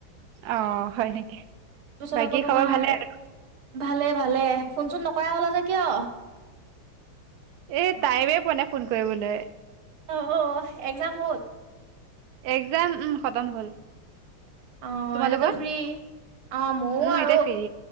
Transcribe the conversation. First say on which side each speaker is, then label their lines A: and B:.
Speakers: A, on the right (about 70°); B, on the right (about 90°).
A: অ' হয় নেকি?
B: তাৰপিছত
A: বাকী
B: আকৌ তোমাৰ
A: খবৰ ভালে আৰু?
B: ভালে -ভালে, ফোন- চোন নকৰা হলা যে কিয়?
A: এ তাইমে পোৱা নাই ফোন কৰিবলৈ।
B: ঔ', এগজাম হল
A: একজাম উম খতম হ'ল।
B: অ
A: তোমালোকৰ
B: এয়াতো ফ্ৰী, অ ময়ো
A: উম
B: আৰু
A: এতিয়া ফ্ৰী